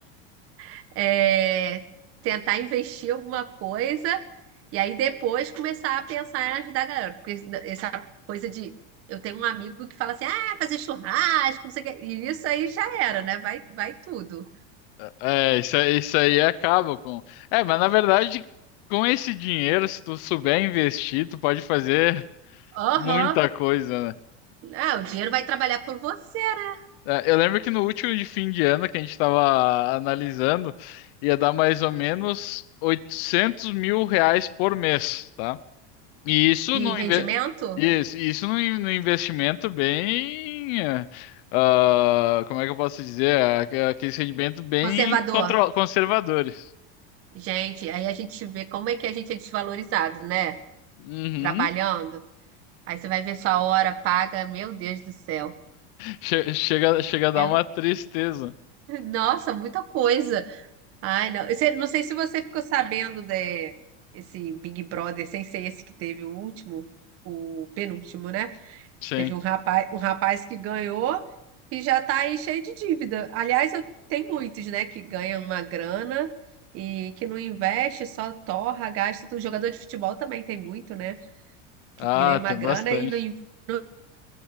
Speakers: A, on the right; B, on the left.
A: <laughs> é, tentar investir alguma coisa, e aí depois começar a pensar em ajudar a galera. Porque isso- essa coisa de. Eu tenho um amigo que fala assim, ah, fazer churrasco, não sei o quê. E isso aí já era, né? Vai, vai tudo.
B: É, isso, aí- isso aí acaba com. É, mas na verdade, com esse dinheiro, se tu souber investir, tu pode fazer.
A: Aham.
B: Muita coisa, né?
A: Ah, o dinheiro vai trabalhar por você, né?
B: É, Eu lembro que no último de fim de ano que a gente estava analisando, ia dar mais ou menos 800 mil reais por mês, tá? E isso
A: de
B: no,
A: rendimento.
B: inve- isso, isso no, in- no investimento bem. eh, ah, como é que eu posso dizer? Aque- Aqueles rendimentos bem
A: Conservador.
B: contro- conservadores.
A: Gente, aí a gente vê como é que a gente é desvalorizado, né?
B: Uhum.
A: Trabalhando. Aí você vai ver sua hora paga, meu Deus do céu.
B: Che- Chega, chega a
A: É,
B: dar uma tristeza.
A: nossa, muita coisa. Ai, não. Você- não sei se você ficou sabendo desse Big Brother, sem ser esse que teve o último, o penúltimo, né?
B: Sim.
A: Teve um rapaz, um rapaz que ganhou e já está aí cheio de dívida. Aliás, eu- tem muitos, né, que ganham uma grana e que não investe, só torra, gasta. O jogador de futebol também tem muito, né, que
B: Ah,
A: ganha uma
B: tem
A: grana
B: bastante.
A: e não, in- não-